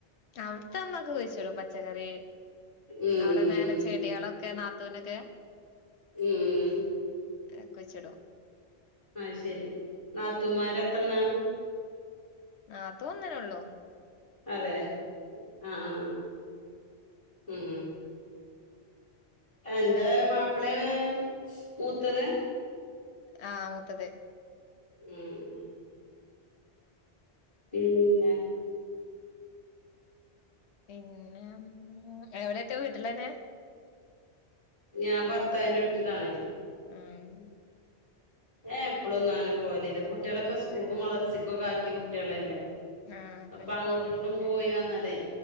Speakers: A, on the left (about 80°); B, on the left (about 35°).
A: അവിടുത്തെ ഉമ്മാക്ക് കുഴിച്ചിടും പച്ചക്കറി
B: ഉം
A: അവിടെ മേലെ ചെടികളൊക്കെ നാത്തൂനൊക്കെ
B: ഉം
A: ഏഹ് കുയിച്ചിടും
B: അയ് ശെരി നാത്തൂന്മാര് എത്രെണ്ണാ
A: നാത്തൂൻ ഒന്നന്നെ ഉള്ളു
B: അതെ ആഹ് ആഹ് ഉം എന്റെ മാപ്പളേണ് മൂത്തത്
A: ആഹ് മൂത്തത്
B: മ്ഹ് പിന്നെ
A: പിന്നെ എവിടത്തെ വീട്ടിലന്നെ
B: ഞാൻ ഭർത്താവിന്റെ വീട്ടിലാണേ
A: ഉം
B: ഞാൻ എപ്പളൊന്നും അങ്ങന പോകലില്ല കുട്ടികളൊക്കെ സ്കൂൾക്കും മദ്റസക്കക്കും ഒക്കെ ആക്കിയ കുട്ട്യളല്ലേ
A: ആഹ്
B: അപ്പൊ
A: പിന്നെ
B: അങ്ങോട്ടും
A: പോ
B: ഇങ്ങോട്ടും പോയി വന്നലേ